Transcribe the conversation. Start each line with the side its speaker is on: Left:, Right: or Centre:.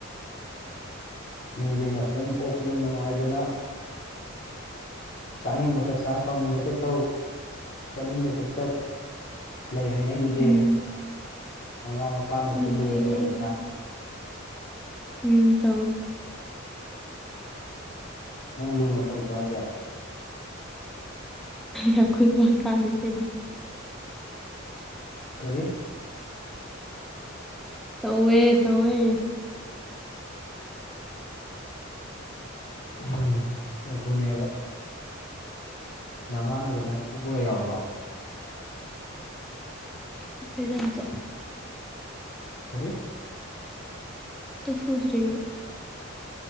Left: ꯃꯤꯗꯤ ꯃꯊꯜ ꯄꯣꯛꯄꯅ ꯅꯨꯡꯉꯥꯏꯗꯅ ꯆꯥꯅꯤꯡꯕꯇ ꯆꯥ ꯇꯧꯅꯤꯡꯕꯇ ꯇꯧ ꯆꯠꯅꯤꯡꯕꯗ ꯆꯠ ꯂꯩ ꯍꯥꯏꯅꯩꯗꯨꯗꯤ
Centre: ꯎꯝ
Left: ꯃꯃꯥ ꯃꯄꯥꯅꯁꯨ
Centre: ꯍꯣꯏ
Left: ꯂꯨꯅ
Centre: ꯂꯩꯌꯦ
Left: ꯇꯧꯋꯤꯅ
Centre: ꯎꯝ ꯇꯧꯏ
Left: ꯅꯪ ꯂꯨꯅ ꯇꯧꯗ꯭ꯔꯣ ꯍꯥꯏꯁꯦ
Centre: ꯌꯥꯈꯣꯏ <unintelligible>
Left: ꯀꯔꯤ
Centre: ꯇꯧꯋꯦ ꯇꯧꯋꯦ
Left: ꯎꯝ ꯑꯗꯨꯅꯦꯕ ꯅꯃꯥꯟꯅꯒ ꯅꯪ ꯐꯨꯄꯒ ꯌꯥꯎꯕ꯭ꯔꯣ
Centre: <unintelligible>
Left: ꯀꯔꯤ
Centre: ꯑꯗꯨ ꯐꯨꯜ꯭ꯔꯒ